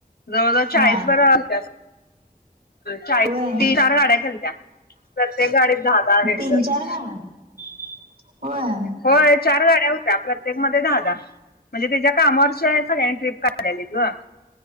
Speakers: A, on the left; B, on the right.
A: जवळ जवळ चाळीस
B: हा
A: बरं आलत्या. चाळीस
B: होय
A: तीस चार गाड्या केलत्या, प्रत्येक गाडीत दहा, दहा लेडीज
B: तीन
A: होत्या.
B: चार गाड्या होय.
A: होय, चार गाड्या होत्या प्रत्येक प्रत्येक मध्ये दहा दहा म्हणजे, त्याच्या कामावरच्यांनी सगळ्यांनी ट्रिप काढलेली गं.